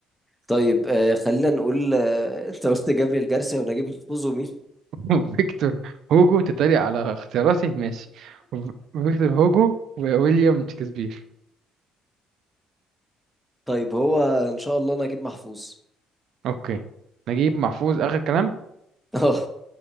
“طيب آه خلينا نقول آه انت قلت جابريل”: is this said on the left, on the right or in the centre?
Centre